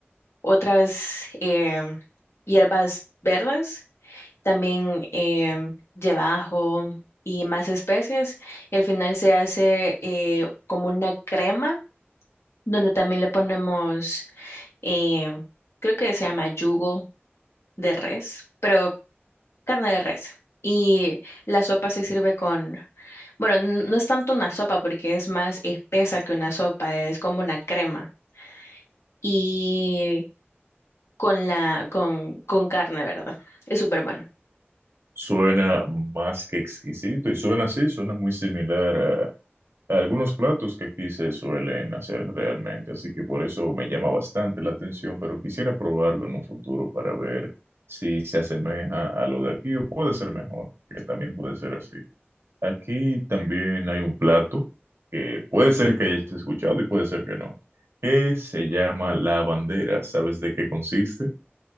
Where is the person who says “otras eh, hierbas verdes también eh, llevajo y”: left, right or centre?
Left